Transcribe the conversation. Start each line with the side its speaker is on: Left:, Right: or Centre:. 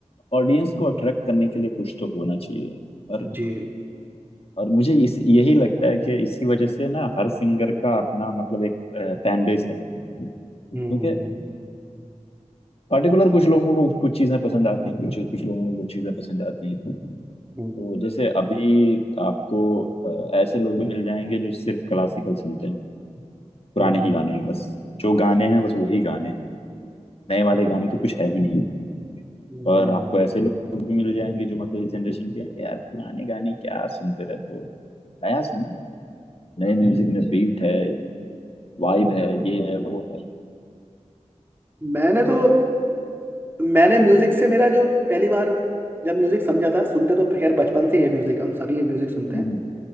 Left: ऑडियंस को अट्रैक्ट करने के लिए कुछ तो होना चाहिए और
Right: जी
Left: और मुझे इस यही लगता है कि इसी वजह से ना हर सिंगर का अपना मतलब एक फैन बेस है क्योंकि
Right: हम्म
Left: पर्टिकुलर कुछ लोगों को कुछ चीजें पसंद आती हैं कुछ कुछ लोगों को कुछ चीजें पसंद आती हैं
Right: हम्म
Left: तो जैसे अभी आपको अ, ऐसे लोग भी मिल जाएंगे जो सिर्फ क्लासिकल सुनते हैं पुराने
Right: हम्म
Left: ही गाने बस जो गाने हैं बस वही गाने हैं नए वाले गाने तो कुछ है ही नहीं
Right: हम्म।
Left: और आपको ऐसे लोग भी मिल जाएंगे जो मतलब इस जनरेशन के हैं कि यार पुराने गाने क्या सुनते रहते हो नया सुनो नए म्यूजिक में बीट है वाइब है ये है वो है
Right: मैंने तो मैंने म्यूजिक से मेरा जो पहली बार जब म्यूजिक समझा था सुनते तो खैर बचपन से ही है म्यूजिक हम सभी म्यूजिक सुनते
Left: हम्म,
Right: हैं